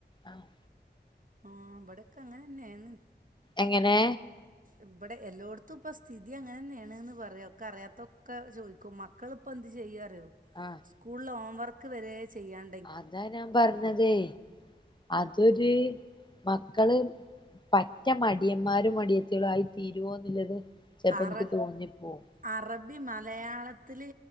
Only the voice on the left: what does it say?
ആഹ്
എങ്ങനെ
ആഹ്
അതാ ഞാൻ പറഞ്ഞതേ അതൊര് മക്കള് പറ്റ മടിയന്മാരും മടിയത്തികളും ആയി തീരുമോന്നുള്ളത് ചിലപ്പോ
എനിക്ക് തോന്നിപ്പോവും